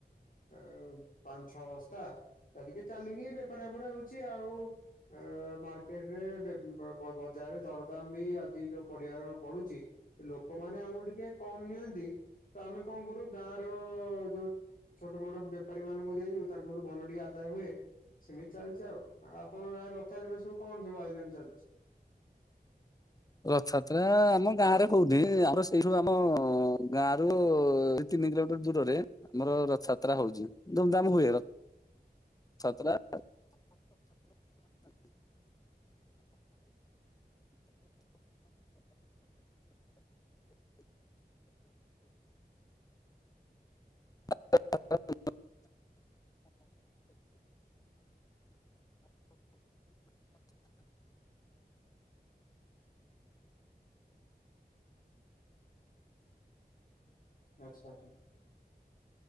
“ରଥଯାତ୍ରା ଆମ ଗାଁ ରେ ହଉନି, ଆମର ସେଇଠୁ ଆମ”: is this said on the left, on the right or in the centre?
Left